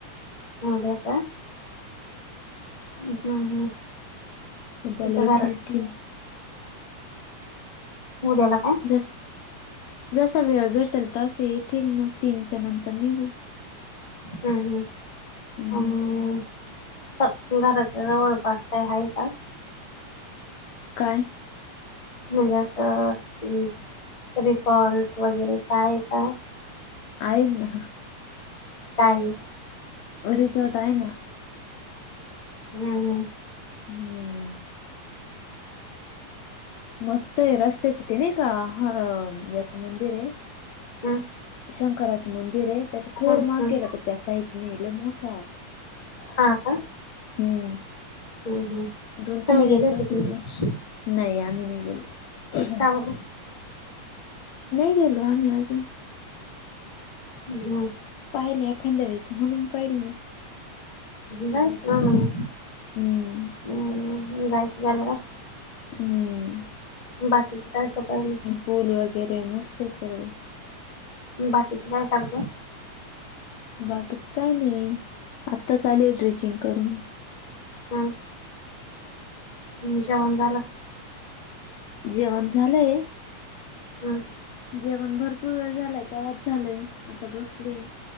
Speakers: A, on the left; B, on the left.
A: <unintelligible> आता. हम्मं हम्म.
B: उद्याल
A: तिथं
B: येतील
A: घर
B: ती.
A: उद्याला काय?
B: जस जसा वेळ भेटेल तस येतील मग तीनच्या नंतर निघू.
A: हं हं
B: हम्म
A: आणि घराच्या जवळपास काय आहे का?
B: काय?
A: म्हणजे असं की रिसॉर्ट वगैरे का आहे का?
B: आहे ना.
A: काये?
B: रिझॉर्ट आहे ना.
A: हम्म हम्म.
B: हम्म. मस्त आहे रस्त्याची ते नाही का हा याचं मंदिर आहे.
A: अ
B: शंकराचं मंदिर आहे. त्याच्या थोडं
A: हम्म
B: मागेला
A: हम्म
B: क त्या साहितने लई मोठा.
A: हा का
B: हम्म.
A: हम्म हम्म
B: दोन
A: तुम्ही
B: तीन वेळेस
A: गेले होते
B: बघितल
A: की
B: नाही आम्ही नाही गेलो.
A: का बर
B: नाही गेलो आम्ही अजून.
A: ह् हम.
B: पाहिले एखाद्या वेळेस म्हणून पाहिल मी. केलं
A: जायच
B: होत
A: ना
B: जाऊन
A: मग
B: हम्म.
A: हम्म जायच झाल का?
B: हम्म.
A: बाकीचे काय <unintelligible>
B: फुल वगैरे मस्ते सर्व.
A: बाकीचे काय करते.
B: बाकीच काय नाही आताच आले ड्रेचिंग करून.
A: हा. <unintelligible>
B: जेवण झाले.
A: हा.
B: जेवण भरपूर वेळ झालाय तेव्हाच झालंय आता बसले.